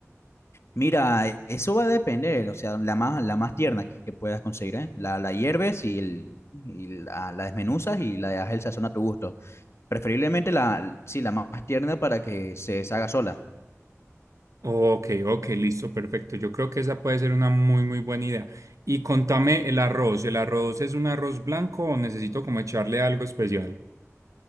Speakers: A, on the left (about 55°); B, on the right (about 80°).
A: Mira, e, eso va a depender, o sea, la más, la más tierna que que puedas conseguir, ¿eh? La, la hierves y, el, y la, la desmenuzas y la dejas el sazón a tu gusto. Preferiblemente la, sí, la más tierna para que se deshaga sola.
B: Ok, ok, listo, perfecto. Yo creo que esa puede ser una muy, muy buena idea. Y contame el arroz. ¿El arroz es un arroz blanco o necesito como echarle algo especial?